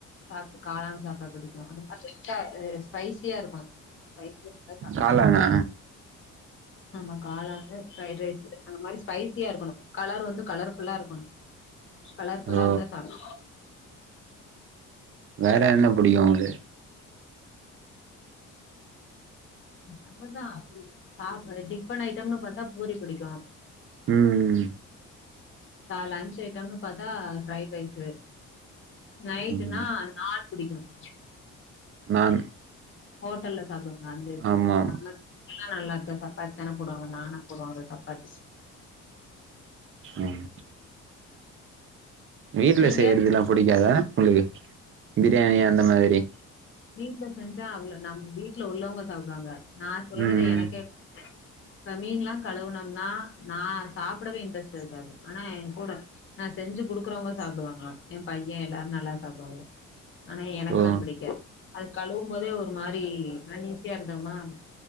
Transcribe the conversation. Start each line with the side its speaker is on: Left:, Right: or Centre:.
Left: சாப்டு காளான் சாப்ட புடிக்கோ அந்த மாரி லைட்டா ஸ்பைசியா இருக்கனோ பைக் ல வந்து
Right: காளானா
Left: ஆமா காளாறு ஃப்ரைட் ரைஸ்சு அந்த மாரி ஸ்பைசியா இருக்கணோ கலரு வந்து கலர்ஃபுல்லா இருக்கணோ கலர்ஃபுல்லா
Right: ஓ
Left: இருந்தா சாப்
Right: வேற என்ன புடிக்கோ உங்ளு
Left: அவ்ள தா சாப்ற டிஃபன் ஐட்டம்னு பாத்தா பூரி புடிக்கோ
Right: ம்
Left: லன்ச் ஐட்டம்னு பாத்தா ப்ரைட் ரைஸ் நைட்னா
Right: ம்
Left: நாள் குடிக்கணும்
Right: நானு
Left: ஹோட்டல்ல சாப்டுவாங்க அந்த இது
Right: ஆமாம்
Left: நம்ம எல்லாம் நல்லா இருக்க சப்பாத்தி தானே போடுவாங்க நானா போடுவாங்க சப்பாத்தி
Right: ம் வீட்ல
Left: நீங்க
Right: செய்யறதல்லாம் புடிக்காதா உங்களுக்கு பிரியாணி அந்த மாதிரி
Left: வீட்டு்ல செஞ்சா அவ்வளவு நம் வீட்டல உள்ளவங்க சாப்டுவாங்க நான் செய்யறத
Right: ம்
Left: எனக்கே இப்ப மீன்லாம் கழுவுனும்னா நான் சாப்டவே இன்ட்ரெஸ்ட் இருக்காது ஆனா என் கூட நான் செஞ்சு குடுக்குறவங்க சாப்டுவாங்க என் பையன் எல்லாரும் நல்லா சாப்டுவாங்க ஆனா எனக்கு
Right: ஓ
Left: தா புடிக்காது அது கழுவும் போதே ஒரு மாரி அன்னிஸியா இருந்தம்மா